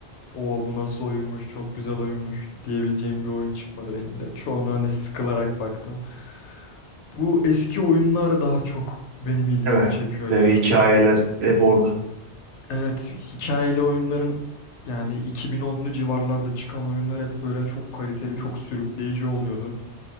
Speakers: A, on the left; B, on the right.
A: o bu nasıl oyunmuş, çok güzel oyunmuş diyebileceğim bir oyun çıkmadı benim de. Çoğunu hani sıkılarak baktım. Bu eski oyunlar daha çok benim ilgimi
B: Evet.
A: çekiyor
B: Yani
A: ya.
B: hikayeler
A: Bu
B: hep orada.
A: evet hikayeli oyunların yani 2010'lu civarlarda çıkan oyunlar hep böyle çok kaliteli,
B: Hı,
A: çok sürükleyici oluyordu.